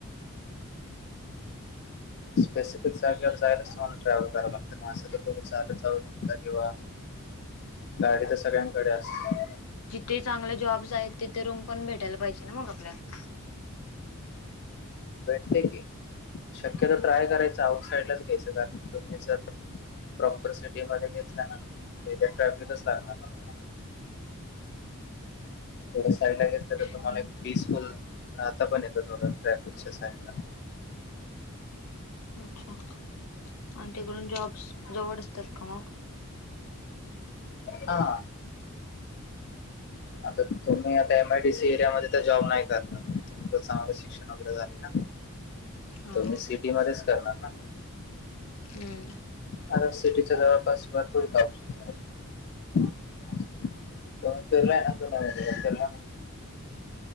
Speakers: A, on the left; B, on the left.
A: स्पेसिफिक जाग्यावर जायला तुमला ट्रॅव्हल कराव लागत. असं तर तथो चालत जाव लागता किंवा गाडी तर सगळ्यांकडे असते.
B: जिथे चांगले जॉब्स आहेत. तिथे रूम पण भेटायला पाहिजे ना मग आपल्याला.
A: भेटते की. शक्यतो ट्राय करायचं आउटसाइडलाच घ्यायचं कारण तुम्ही सर- प्रॉपर सिटी मध्ये घेतलं ना. तिथे ट्रॅफिक लागणारच ना. थोड्या साईड ला घेतलं तर
B: हम्म
A: तुम्हाला एक पीसफुल राहता पण येतं थोड ट्रॅफिकच्या साईड ला.
B: अच्छा आणि तिकडून जॉब्स जवळ असतात का मग.
A: हा. आता तुम्ही आता एम आयडीसी एरिया मध्ये तर जॉब नाही तुमचं चांगलं शिक्षण- शिक्षण वगैरे झालय ना
B: हा
A: तुम्ही सिटी मध्येच करणार ना.
B: हम्म.
A: आता सिटीच्या जवळपास भरपूर ऑप्शन आहेत. <unintelligible>